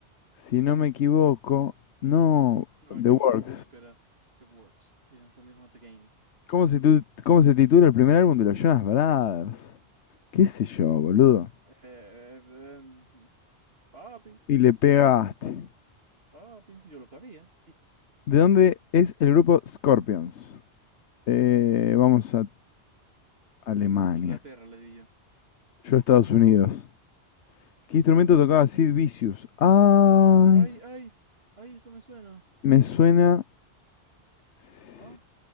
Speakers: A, on the left; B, on the right.
A: Si no me equivoco, no,
B: nos
A: The
B: equivocamos
A: Works.
B: porque era The Works y nosotros le dimos a The Game.
A: ¿Cómo se, tu- cómo se titula el primer álbum de los Jonas Brothers? ¿Qué sé yo, boludo?
B: Eh, em, papi,
A: Y le pegaste.
B: papi, yo lo sabía. It's
A: ¿De dónde es el grupo Scorpions? Eh, vamos a Alemania.
B: Inglaterra, le di yo.
A: Yo a Estados Unidos. ¿Qué instrumento tocaba Sid Vicious? Ay,
B: Ay, ay, ay, esto me suena.
A: me suena... s-
B: Ah,